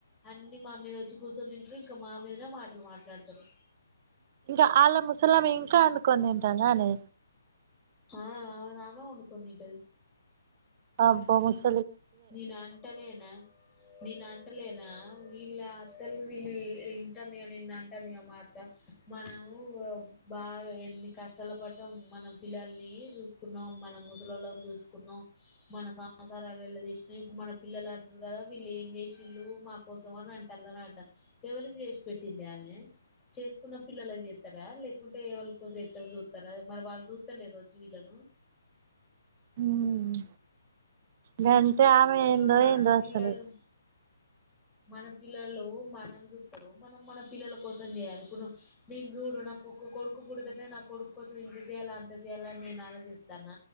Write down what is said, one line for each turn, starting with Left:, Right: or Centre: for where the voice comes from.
Left: అన్ని మా మీద వచ్చి కూసొని తింటరు ఇంకా మా మీదనే మాటలు మాట్లాడతరు
Right: ఇంక ఆళ్ల ముసలమె ఇంకా ఒండుకొని తింటాందానే
Left: ఆ ఆమెదామే ఓండుకొన్ తింటది
Right: ఆబ్బా ముస్
Left: నేనాంటలేనా నేను అంటలేనా వీళ్ళ అత్తల్ వీళ్ళు వి వింటంది నిన్నంటందిగా మా అత్త మనం వ బాగా ఎన్ని కష్టాల పడ్డం మనం పిల్లల్ని చూసుకున్నం మనం ముసలొల్లం చూసుకున్నం మన సంసారాలు ఎల్లదిస్ ఇప్పుడు మన పిల్లలు అంటరు గదా వీళ్ళు ఏం చేశిళ్ళు మా కోసం అనంటాల్ అనంట ఎవలు చేశ్ పెట్టింది ఆమె చేసుకున్న పిల్లలక్ జేత్తరా లేకుంటే ఎవళ్కో జేత్తే జూత్తరా మరి వాళ్ళు జూత్తలేరొచ్చి వీళ్ళను
Right: మ్ గంతె ఆమె
Left: ఇప్పుడు
Right: ఎందో
Left: మన
Right: ఏందో
Left: పిల్లలు
Right: అసలు
Left: మన పిల్లలు మనల్ని జూత్తరు మనం మన పిల్లల కోసం జేయాలి ఇప్పుడు నేను చూడూ న కొ కొ కొడుకు పుడతనే నా కొడుకు కోసం ఇంత చేయాల అంత చేయాలని అని నేను ఆలోచిస్తాన్న